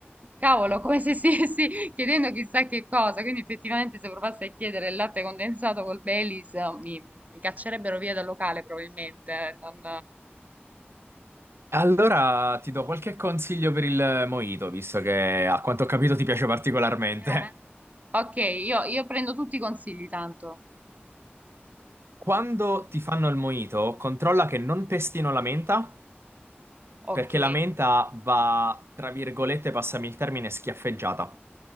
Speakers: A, on the right; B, on the right.
A: cavolo, come se stessi <laughs> chiedendo chissà che cosa. Quindi, effettivamente, se provassi a chiedere il latte condensato col Baileys, eh, mi, mi caccerebbero via dal locale, probabilmente. eh, Non,
B: Allora ti do qualche consiglio per il mojito, visto che a quanto ho capito ti piace particolarmente.
A: eh. Ok, io io prendo tutti i consigli, tanto.
B: Quando ti fanno il mojito, controlla che non pestino la menta,
A: Ok.
B: perché la menta va, tra virgolette, passami il termine, schiaffeggiata.